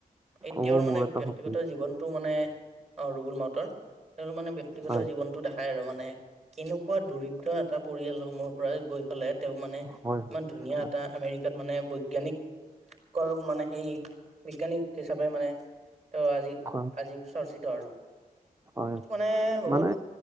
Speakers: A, on the right; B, on the right.
A: এই
B: অ
A: তেওঁৰ মানে
B: মোৰ এটা
A: ব্যক্তিগত
B: সপোন
A: জীৱনতটো মানে অ', ৰুবুল মউতৰ তেওঁৰ মানে ব্যক্তি ব্যক্তিগত
B: হয়।
A: জীৱনতটো দেখাই আৰু মানে, কেনেকুৱা দৰিদ্ৰ এটা পৰিয়ালসমূহ পৰা গৈ ফালে তেওঁ মানে ইমান
B: হয়
A: ধুনীয়া
B: হয়
A: এটা আমেৰিকাত মানে বৈজ্ঞানিক কৰ মানে সেই বিজ্ঞানিক হিচাপে মানে ত' আজি,
B: হয়
A: আজি চৰ্চিত আৰু
B: হয়
A: <unintelligible> মানে বহুত
B: মানে